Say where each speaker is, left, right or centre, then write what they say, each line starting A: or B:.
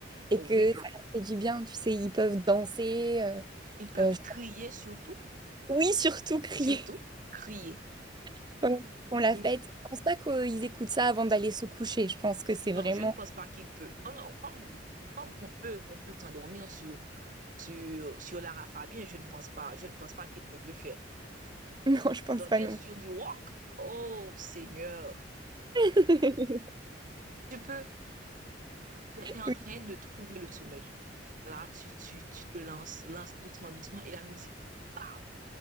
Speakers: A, on the right; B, on the right.
A: et
B: oh
A: que
B: oui
A: ça leur fait du bien. Tu sais, ils peuvent danser. euh,
B: Ils peuvent
A: euh,
B: crier surtout,
A: oui, surtout crier.
B: surtout crier.
A: <laughs> pendant On la
B: Oui,
A: fête. Je pense pas qu'ils écoutent ça avant d'aller se coucher. Je pense que c'est vraiment.
B: non, je ne pense
A: <laughs>
B: pas qu'ils peuvent. Non, non, comme, comme on peut, on peut s'endormir sur, sur, sur Lara Fabian, je ne pense pas, je ne pense pas qu'ils peuvent le faire.
A: Non, je pense
B: S'endormir
A: pas non.
B: sur du rock, oh Seigneur,
A: plus. <laughs>
B: tu peux, tu es en
A: Oui.
B: train de trouver le sommeil. Là, tu, tu, tu te lances, lance doucement, doucement, et la musique, pow,